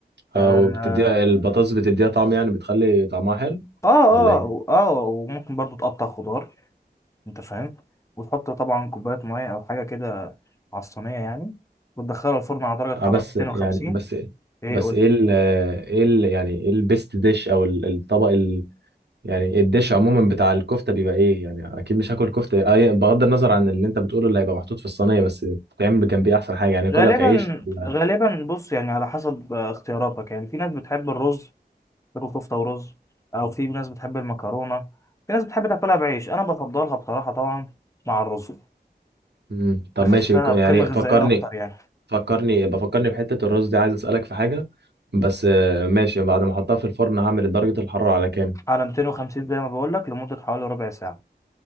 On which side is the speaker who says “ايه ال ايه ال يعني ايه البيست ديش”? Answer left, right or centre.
Right